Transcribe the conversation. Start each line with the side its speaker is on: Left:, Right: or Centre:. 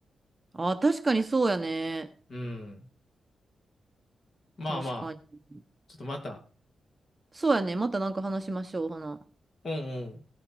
Right: あ、確かにそうやね。
Left: うん。まあまあ、
Right: 確かに。
Left: ちょっとまた、
Right: そうやね。またなんか話しましょう、ほな。
Left: うんうん。